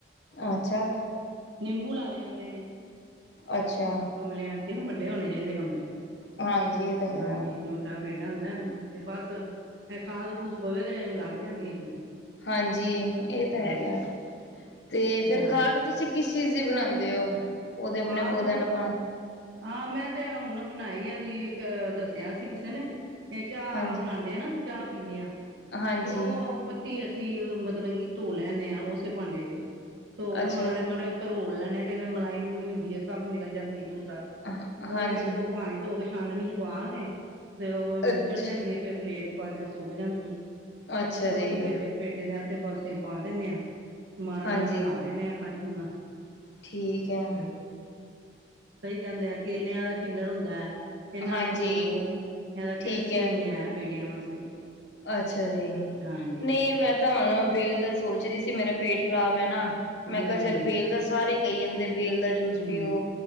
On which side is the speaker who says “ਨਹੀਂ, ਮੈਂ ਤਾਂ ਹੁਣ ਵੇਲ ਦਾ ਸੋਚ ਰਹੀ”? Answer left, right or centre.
Left